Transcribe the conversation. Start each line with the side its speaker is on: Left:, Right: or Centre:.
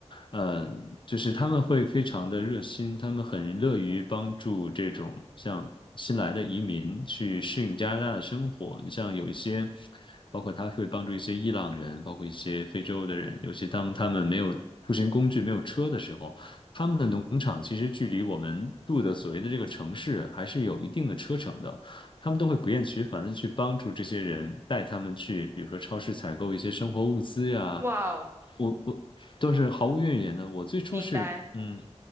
Left: 呃，就是他们会非常的热心，他们很乐于帮助这种像新来的移民去适应加拿大的生活。你像有一些，包括他会帮助一些伊朗人，包括一些非洲的人，尤其当他们没有出行工具、没有车的时候。他们的农场其实距离我们住的所谓的这个城市还是有一定的车程的，他们都会不厌其烦的去帮助这些人，带他们去，比如说超市采购一些生活物资呀，
Right: 哇哦，
Left: 我我都是毫无怨言的。我最初是，
Right: 明白，
Left: 嗯，